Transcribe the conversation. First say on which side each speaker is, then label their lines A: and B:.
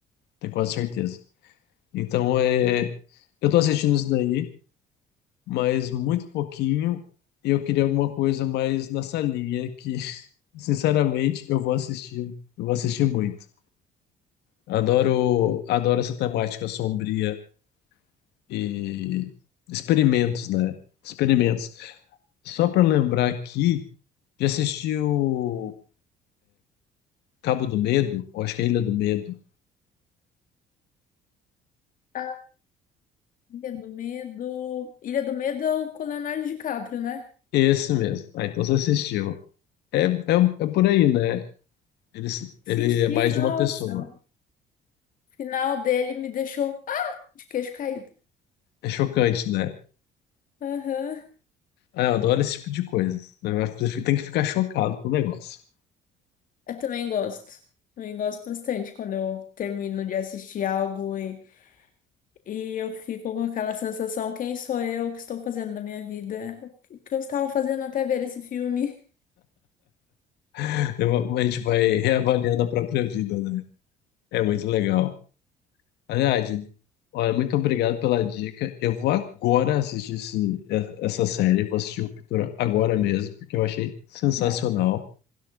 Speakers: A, on the left; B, on the left.
A: tenho quase certeza. Então, é, eu tô assistindo isso daí, mas muito pouquinho, e eu queria alguma coisa mais nessa linha que, <laughs> sinceramente, eu vou assistir, eu vou assistir muito. Adoro, adoro essa temática sombria e experimentos, né? Experimentos. Só para lembrar aqui, já assistiu Cabo do Medo? Ou acho que é Ilha do Medo.
B: Ah, Ilha do Medo. Ilha do Medo é o com o Leonardo DiCaprio, né?
A: Esse mesmo. Ah, então você assistiu. É, é, é por aí, né? Ele,
B: Assisti,
A: ele é mais de
B: nossa,
A: uma pessoa.
B: o final dele me deixou ah, de queixo caído.
A: É chocante, né?
B: Aham.
A: Ah, eu adoro esse tipo de coisa. né? Mas Você fica- tem que ficar chocado com o negócio.
B: Eu também gosto. Também gosto bastante quando eu termino de assistir algo e, e eu fico com aquela sensação, quem sou eu, o que estou fazendo da minha vida, o que o que eu estava fazendo até ver esse filme.
A: <laughs> Eu- a gente vai reavaliando a própria vida, né? É muito legal. Aliás, Jenny, olha, muito obrigado pela dica. Eu vou agora assistir esse- é, essa série, vou assistir o Ruptura agora mesmo, porque eu achei sensacional.
B: Ah,